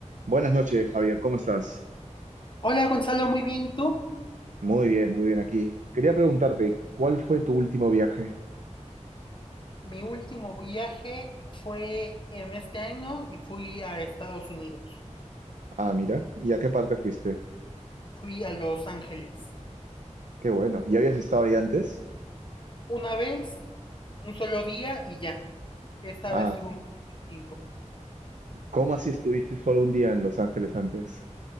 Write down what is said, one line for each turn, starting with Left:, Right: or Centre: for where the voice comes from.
Right: Buenas noches, Javier, ¿cómo estás?
Left: Hola Gonzalo, muy bien, ¿y tú?
Right: Muy bien, muy bien aquí. Quería preguntarte, ¿cuál fue tu último viaje?
Left: Mi último viaje fue en este año y fui a Estados Unidos.
Right: Ah, mira, ¿y a qué parte fuiste?
Left: Fui a Los Ángeles.
Right: Qué bueno, ¿y habías estado ahí antes?
Left: Una vez, un solo día y ya. Esta
Right: Ah,
Left: vez tuve un poco de tiempo.
Right: ¿cómo así estuviste solo un día en Los Ángeles antes?